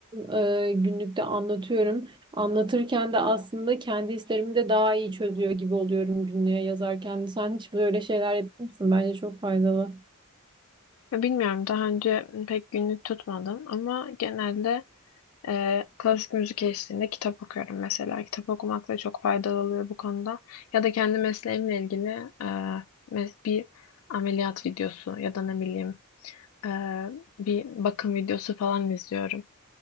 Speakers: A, on the right; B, on the left.
A: e, günlükte anlatıyorum. Anlatırken de aslında kendi hislerimi de daha iyi çözüyor gibi oluyorum günlüğe yazarken. Sen hiç böyle şeyler yapıyor musun? Bence çok faydalı.
B: Ya bilmiyorum daha önce pek günlük tutmadım ama genelde e, klasik müzik eşliğinde kitap okuyorum mesela. Kitap okumak da çok faydalı oluyor bu konuda. Ya da kendi mesleğimle ilgili e, mes- bir ameliyat videosu ya da ne bileyim e, bir bakım videosu falan izliyorum.